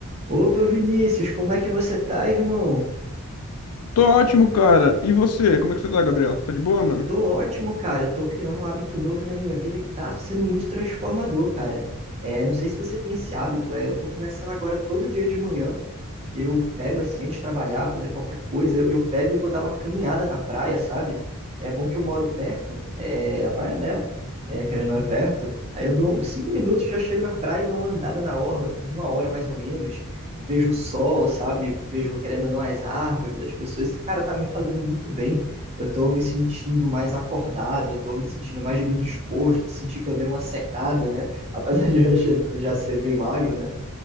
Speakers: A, on the right; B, on the left.
A: Opa, Vinícius, como é que você tá, irmão?
B: Tô ótimo, cara. E você? Como é que você tá, Gabriel? Você tá de boa, mano?
A: Tô ótimo, cara. Eu tô criando um hábito novo na minha vida que tá sendo muito transformador, cara. É, não sei se você tem esse hábito, é, eu tô começando agora todo dia de manhã. Eu pego assim, antes de trabalhar, fazer qualquer coisa, eu, eu pego e vou dar uma caminhada na praia, sabe? É bom que eu moro perto, é, na praia, né? É, querendo ou não é perto. Aí eu dou uns cinco minutos, já chego na praia e dou uma andada na orla, uma hora mais ou menos. Vejo o sol, sabe? Vejo, querendo ou não, as árvores, as pessoas. Esse cara tá me fazendo muito bem. Eu tô me sentindo mais acordado, eu tô me sentindo mais bem disposto. Senti que eu dei uma secada, né? Apesar de eu já che- já ser bem magro, né?